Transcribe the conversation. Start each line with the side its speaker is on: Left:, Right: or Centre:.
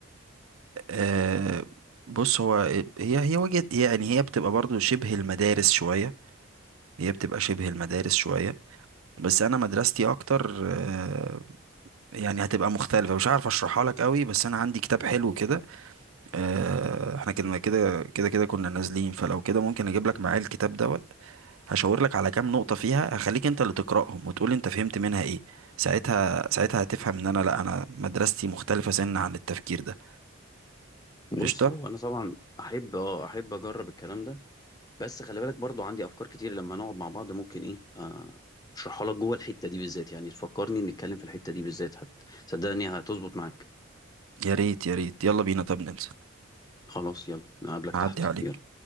Right: أه بص هو هي هي وجهة يعني هي بتبقى برضو شبه المدارس شوية هي بتبقى شبه المدارس شوية بس أنا مدرستي أكتر أه يعني هتبقى مختلفة مش عارف أشرحها لك قوي بس أنا عندي كتاب حلو كده أه إحنا كنا كده كده كده كنا نازلين فلو كده ممكن أجيب لك معايا الكتاب دوت هشاور لك على كام نقطة فيها هخليك انت اللي تقرأهم وتقول انت فهمت منها ايه ساعتها ساعتها هتفهم ان انا لا انا مدرستي مختلفة سن عن التفكير ده
Left: بص
Right: قشطة
Left: هو انا طبعا احب اه احب اجرب الكلام ده بس خلي بالك برضو عندي افكار كتير لما نقعد مع بعض ممكن ايه آه، اشرحها لك جوه الحته دي بالذات يعني تفكرني نتكلم في الحته دي بالذات حتى صدقني هتظبط معاك
Right: يا ريت يا ريت يلا بينا طب ننزل
Left: خلاص يلا نقابلك
Right: هعدي
Left: تحت
Right: عليك
Left: يلا